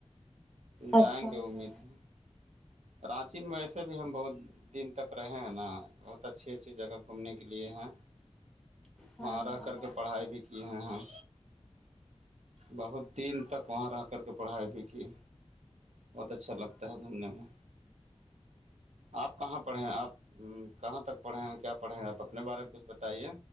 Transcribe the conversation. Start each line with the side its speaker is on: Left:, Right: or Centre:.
Right: پ جائیں
Centre: اچھا اچھا
Right: گے امید ہے رانچی میں ویسے بھی ہم بہت دن تک رہے ہیں نا بہت اچھی اچھی جگہ گھومنے کی لیے ہیں
Centre: ہاں
Right: وہاں رہ
Centre: ہاں
Right: کر کے پڑھائی بھی کی ہے ہیں بہت دن تک وہاں رہ کر کے پڑھائی بھی کی بہت اچھا لگتا ہے گھومنے میں آپ کہاں پرڑھ ہیں آپ کہاں تک پڑھے ہیں کیا پڑھے ہیں آپ اپنے بارے میں کچھ بتائیے